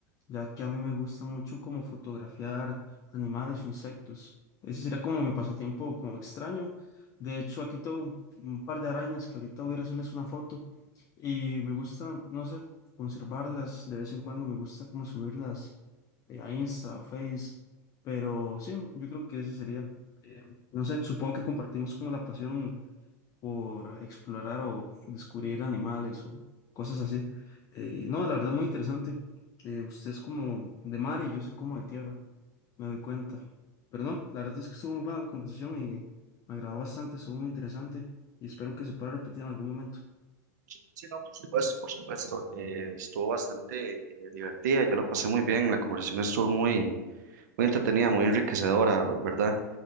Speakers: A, on the left; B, on the right.
A: ya que a mí me gusta mucho como fotografiar animales o insectos. Ese sería como mi pasatiempo como extraño. De hecho, aquí tengo un un par de arañas que ahorita voy a ir a hacerles una foto y me gusta, no sé, conservarlas. De vez en cuando me gusta como subirlas eh, a Insta o Face, pero sí, yo creo que ese sería, eh, no sé, supongo que compartimos como la pasión por explorar o descubrir animales o cosas así. Eh, no, la verdad muy interesante. Eh, usted es como de mar y yo soy como de tierra, me doy cuenta. Pero no, la verdad es que estuvo muy buena la conversación y me agradó bastante, estuvo muy interesante y espero que se pueda repetir en algún momento.
B: Sí, sí, no, por supuesto, por supuesto. eh, estuvo bastante eh, divertida, yo la pasé muy bien, la conversación estuvo muy, muy entretenida, muy enriquecedora, ¿verdad?